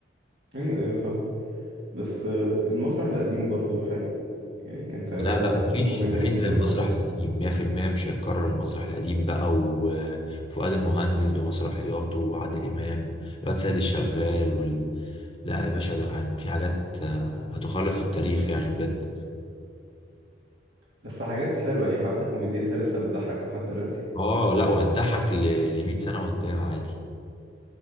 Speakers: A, on the right; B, on the left.
A: أيوة أيوة فاهمة بس المسرح القديم برضو حلو يعني كان ساعتها
B: لا لا مفيش
A: كوميديا
B: مفيش
A: مختلفة
B: زي المسرح القديم 100% مش هيتكرر المسرح القديم بقى و- وفؤاد المهندس بمسرحياته وعادل إمام الواد سيد الشغال وال... لا يا باشا ده عن- في حاجات آه، هتخلد في التاريخ يعني بجد
A: بس حاجات حلوة يعني حتى كوميديتها لسه بتضحك لحد دلوقتي
B: اه لا وهتضحك ل 100 سنة قدام عادي